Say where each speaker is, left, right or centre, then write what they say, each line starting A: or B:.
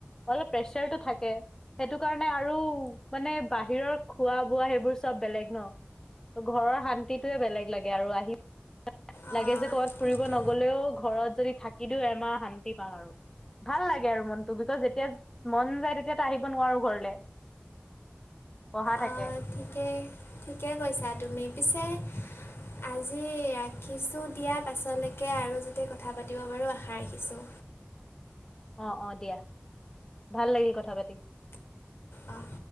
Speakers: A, on the left; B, on the left.
A: অলপ প্ৰেচাৰটো থাকে সেইটো কাৰণে আৰু মানে বাহিৰৰ খোৱা বোৱা সেইবোৰ চব বেলেগ ন ঘৰৰ শান্তিটোয়ে বেলেগ লাগে আৰু আহি
B: অ',
A: লাগে যে কৰবাত
B: ঠিকে
A: ফুৰিব নগলেও ঘৰত যদি থাকি দিও এমাহ শান্তি পাম আৰু ভাল লাগে আৰু মনটো বিকছ যেতিয়া মন যায় তেতিয়াতো আহিব নোৱাৰো ঘৰলে পঢ়া থাকে
B: অ', ঠিকে ঠিকে কৈছা তুমি পিছে আজি ৰাখিছোঁ দিয়া পাছলৈকে আৰু যাতে কথা পাতিব পাৰোঁ আশা ৰাখিছোঁ
A: অ অ দিয়া ভাল লাগিল কথা পাতি
B: অ', অ'।